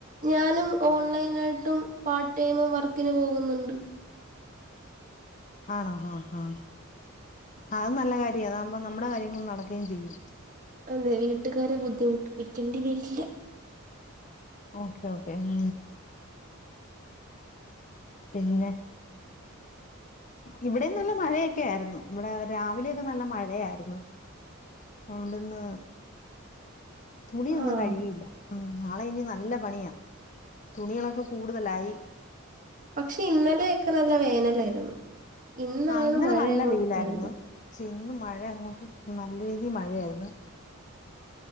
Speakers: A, on the right; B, on the left.
A: ഞാനും ഓൺലൈനായിട്ടും പാർട്ട് ടൈമും വർക്കിന് പോക്ന്ന്ണ്ട്
B: ആണോ ഹ ഹ അതും നല്ല കാര്യ അതാകുമ്പോ നമ്മുടെ കാര്യങ്ങളും നടക്കേം ചെയ്യും
A: അതെ വീട്ടുകാരെ ബുദ്ധിമുട്ടിപ്പിക്കേണ്ടി വെരില്ല
B: ഓക്കേ ഓക്കേ ഉം പിന്നെ ഇവിടേം നല്ല മഴയൊക്കായിര്ന്നു ഇവിടെ രാവിലെയൊക്കെ നല്ല മഴയായിര്ന്നു അതോണ്ട്ന്ന് തുണിയൊന്നും
A: ആഹ്
B: കഴുകിയില്ല ഉം നാളെ ഇനി നല്ല പണിയാ തുണികളൊക്കെ കൂടുതലായി
A: പക്ഷെ ഇന്നലെയൊക്കെ നല്ല വേനലായിരുന്നു ഇന്നാണ്
B: ആഹ് ഇന്നലെ
A: മഴ
B: നല്ല
A: അങ്ങോട്ട്
B: വെയിലായിരുന്നു
A: പെയ്ത്
B: പക്ഷെ ഇന്ന് മഴ അങ്ങോട്ട് നല്ല രീതി മഴയാരുന്നു